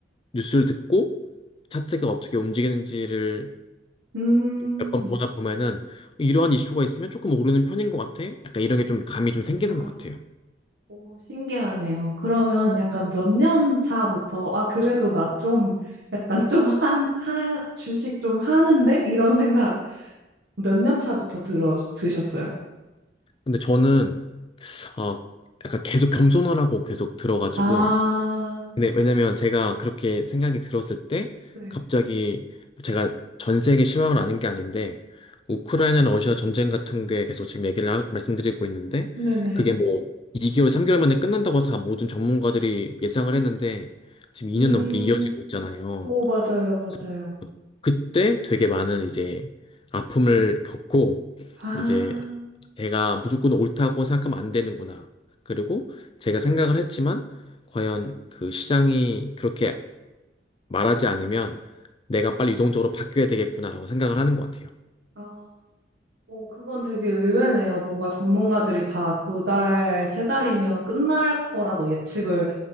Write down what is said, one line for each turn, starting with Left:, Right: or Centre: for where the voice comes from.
Left: 뉴스를 듣고 차트가 어떻게 움직이는지를
Right: 음,
Left: 몇 번 보다 보면은 이러한 이슈가 있으면 조금 오르는 편인 것 같아. 약간 이런 게 좀 감이 좀 생기는
Right: 아,
Left: 것 같아요.
Right: 오, 신기하네요. 그러면 약간 몇 년 차부터, 아, 그래도 나 좀, 약간 좀 한, 한, 주식 좀 하는데? 이런 생각 몇 년 차부터 들어 드셨어요?
Left: 근데 저는 어, 약간 계속 겸손하라고 계속 들어가지고.
Right: 아,
Left: 근데 왜냐면 제가 그렇게 생각이 들었을 때
Right: 네.
Left: 갑자기 뭐 제가 전 세계 실망을 아는 게 아닌데 우크라이나나 러시아 전쟁 같은 게 계속 지금 얘기를 하- 말씀드리고 있는데
Right: 네네.
Left: 그게 음. 뭐 2개월, 3개월 만에 끝난다고 다 모든 전문가들이 예상을 했는데 지금 2년
Right: 음,
Left: 넘게 이어지고 있잖아요.
Right: 오, 맞아요, 맞아요.
Left: 그래서 그때 되게 많은 이제 아픔을 겪고
Right: 아,
Left: 이제 내가 무조건 옳다고 생각하면 안 되는구나. 그리고 제가 생각을 했지만, 과연 그 시장이 그렇게 말하지 않으면 내가 빨리 유동적으로 바뀌어야 되겠구나라고 생각을 하는 것 같아요.
Right: 아, 오 그건 되게 의외네요. 뭔가 전문가들이 다 두 달, 세 달이면 끝날 거라고 예측을